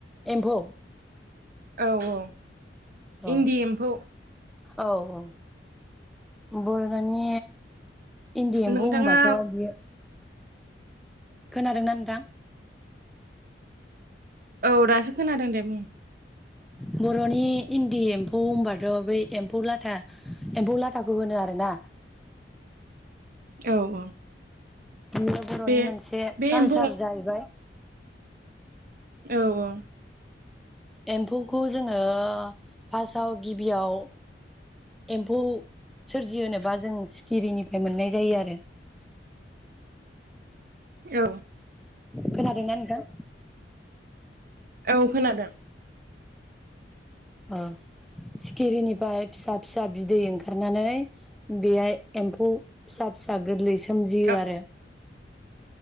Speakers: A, in the centre; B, on the right.
A: एम्फौ
B: औ औ
A: औ
B: इनदि एम्फौ
A: औ औ बर' दानि इनदि एम्फौ
B: नोंथाङा
A: होनबाथ' बे खोनादोंना नोंथां
B: औ दासो खोनादों दे बुं
A: बर'नि इन्दि एम्फौ होनबाथ' बै एम्फौ लाथा एम्फौ लाथाखौ होनो आरोना
B: औ औ
A: बियो बर'नि
B: बे
A: मोनसे
B: बे
A: कालसार
B: एम्फौ
A: जाहैबाय
B: औ औ
A: एम्फौखौ जोङो फार्स्टआव गिबियाव एम्फौ सोरजिहोनोबा जों सिखिरिनिफ्राय मोननाय जायो आरो
B: औ
A: खोनादोंनाय नोंथां
B: औ खोनादों
A: ओ सिखिरिनिफ्राय फिसा फिसा बिदै ओंखारनानै बेहाय एम्फौ फिसा फिसा गोरलैसो सोमजियो
B: औ
A: आरो